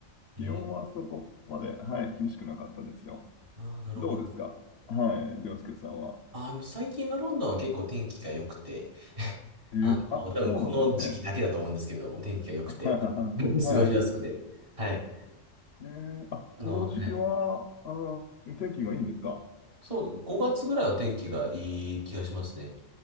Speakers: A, on the right (about 45°); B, on the left (about 65°).
A: えー、
B: 気温はそこまで、はい、厳しくなかったですよ。
A: ああ、なるほど。
B: どうですかはい、涼介さんは。
A: あの、最近のロンドンは結構天気が良くて、<laughs>
B: えーあ、
A: あの、多分この時期だけだと思うんですけれども、
B: そうなんですね。
A: 天気が良くて、
B: <laughs>
A: <laughs> 過ごしやすくて。
B: はい。
A: はい。
B: えーあ、
A: あの、
B: この時期は、
A: はい。
B: あの、天気がいいんですか
A: そう、5月ぐらいは天気がいい気がしますね。